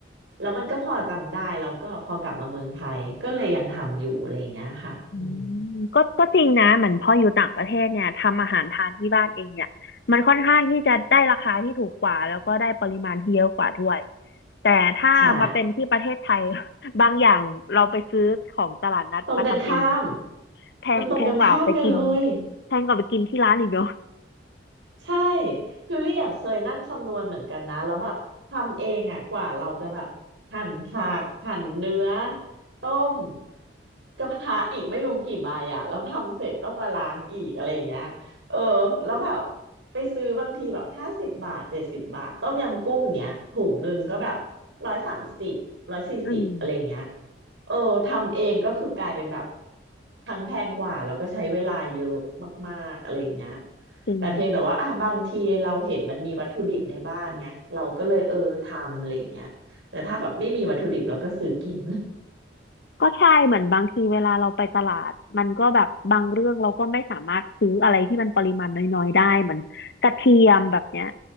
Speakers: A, on the right (about 80°); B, on the left (about 60°).
A: แล้วมันก็พอจำได้ แล้วก็พอกลับมาเมืองไทยก็เลยยังทำอยู่อะไรอย่างเงี้ยค่ะอืม
B: อืมก็ก็จริงนะเหมือนพออยู่ต่างประเทศเนี่ยทำอาหารทานที่บ้านเองเนี่ยมันค่อนข้างที่จะได้ราคาที่ถูกกว่าแล้วก็ได้ปริมาณที่เยอะกว่าด้วยแต่ถ้ามาเป็นที่ประเทศไทย
A: ใช่
B: <laughs> บางอย่างเราไปซื้อของตลาดนัดมาทำเอง
A: ตรงกันข้าม
B: แพงแพงกว่าไปกิน
A: มันตรงกันข้ามกันเลย
B: แพงกว่าไปกินที่ร้านอีกเนอะ
A: ใช่คือเรียกเคยนั่งคำนวณเหมือนกันนะแล้วแบบทำเองอ่ะกว่าเราจะแบบหั่นผักหั่นเนื้อต้มกระทะอีกไม่รู้กี่ใบอ่ะแล้วทำเสร็จต้องมาล้างอีกอะไรอย่างเงี้ยเออแล้วแบบไปซื้อบางทีแบบห้าสิบบาทเจ็ดสิบบาทต้มยำกุ้งเงี้ยถุงหนึ่งก็แบบร้อยสามสิบร้อยสี่สิบอะไรอย่างเงี้ย
B: อืม
A: เออทำเองก็คือกลายเป็นแบบทั้งแพงกว่าแล้วก็ใช้เวลาเยอะมากๆอะไรอย่างเงี้ย
B: จริง
A: แต่เพียงแต่ว่าอ่ะบางทีเราเห็นมันมีวัตถุดิบในบ้านไงเราก็เลยเออทำอะไรอย่างเงี้ยแต่ถ้าแบบไม่มีวัตถุดิบเราก็ซื้อกิน
B: ก็ใช่เหมือนบางทีเวลาเราไปตลาดมันก็แบบบางเรื่องเราก็ไม่สามารถซื้ออะไรที่มันปริมาณน้อยๆได้เหมือนกระเทียมแบบเนี้ย